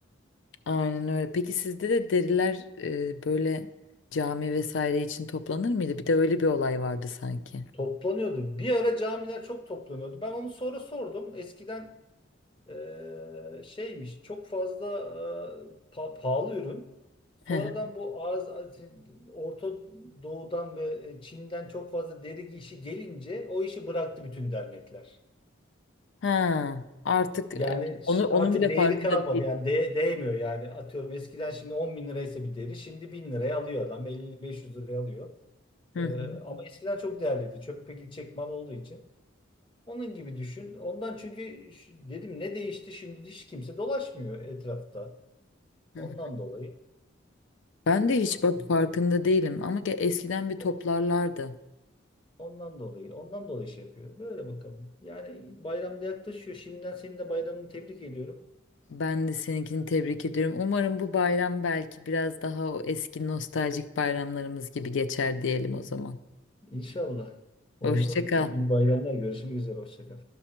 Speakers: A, on the left (about 65°); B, on the left (about 25°).
A: Aynen öyle. Peki sizde de deriler e, böyle cami vesaire için toplanır mıydı? Bir de öyle bir olay vardı sanki.
B: Toplanıyordu. Bir ara camiler çok toplanıyordu. Ben onu sonra sordum. Eskiden eee, şeymiş çok fazla eee, pa- pahalı ürün. Sonradan
A: Hı hı.
B: bu az, az- Orta Doğu'dan ve e, Çin'den çok fazla deri işi gelince o işi bıraktı bütün dernekler.
A: Ha, artık
B: Yani
A: e,
B: ş-
A: onu onun
B: artık
A: bile
B: değeri
A: farkında
B: kalmadı.
A: değil.
B: Yani de- değmiyor yani. Atıyorum eskiden şimdi 10 bin liraysa bir deri şimdi 1000 liraya alıyor adam. 50-500 liraya alıyor.
A: Hı
B: Eee,
A: hı.
B: ama eskiden çok değerliydi. Çöpe gidecek mal olduğu için. Onun gibi düşün. Ondan çünkü ş- dedim ne değişti şimdi hiç kimse dolaşmıyor etrafta.
A: Hı
B: Ondan
A: hı.
B: dolayı.
A: Ben de hiç
B: Bakalım.
A: bak farkında değilim ama ge- eskiden bir
B: O-
A: toplarlardı.
B: Ondan dolayı. Ondan dolayı şey yapıyor. Böyle bakalım. Yani bayramda yaklaşıyor. Şimdiden senin de bayramını tebrik ediyorum.
A: Ben de seninkini tebrik ediyorum. Umarım bu bayram belki biraz daha o eski nostaljik bayramlarımız gibi geçer diyelim o zaman.
B: İnşallah. Oldu.
A: Hoşça kal.
B: İyi bayramlar. Görüşmek üzere. Hoşça kal.